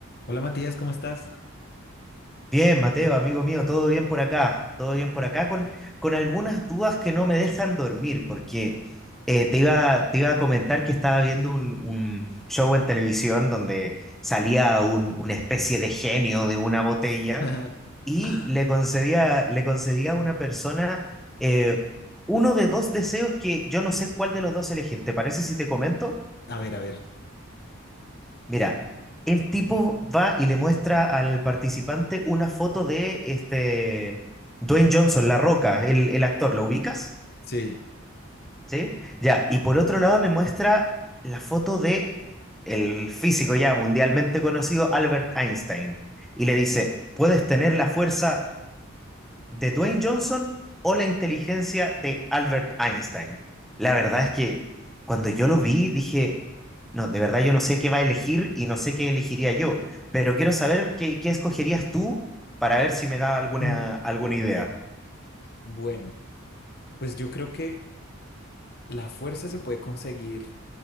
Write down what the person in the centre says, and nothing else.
Bien, Mateo, amigo mío, todo bien por acá, todo bien por acá, con, con algunas dudas que no me dejan dormir, porque eh, te iba, te iba a comentar que estaba viendo un, un show en televisión donde salía un- una especie de genio de una botella
y
le concedía, le concedía a una persona eh, uno de dos deseos que yo no sé cuál de los dos elegir. ¿Te parece si te comento?
Mira, el tipo va y le muestra al participante una foto de este Dwayne Johnson, La Roca, el, el actor, ¿lo ubicas?
¿Sí? Ya, y por otro lado le muestra la foto de el físico ya mundialmente conocido Albert Einstein y le dice, "Puedes tener la fuerza de Dwayne Johnson o la inteligencia de Albert Einstein? La verdad es que cuando yo lo vi dije, no, de verdad yo no sé qué va a elegir y no sé qué elegiría yo, pero quiero saber qué, qué escogerías tú para ver si me da alguna,
alguna idea.